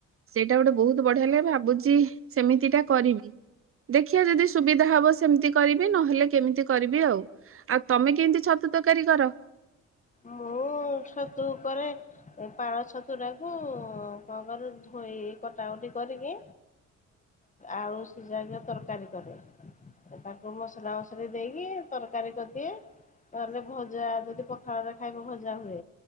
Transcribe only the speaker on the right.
ସେଇଟା ଗୋଟେ ବହୁତ ବଢିଆ ଲାଗ ଭାବୁଛି ସେମିତିଟା କରିବି ଦେଖିବା ଯଦି ସୁବିଧା ହବ ସେମିତି କରିବି ନହେଲେ କେମିତି କରିବି ଆଉ ଆଉ ତମେ କେମିତି ଛତୁ ତରକାରୀ କର?